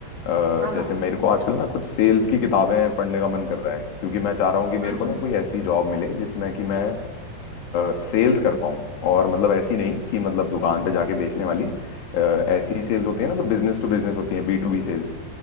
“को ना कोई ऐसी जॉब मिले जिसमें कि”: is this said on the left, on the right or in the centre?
Left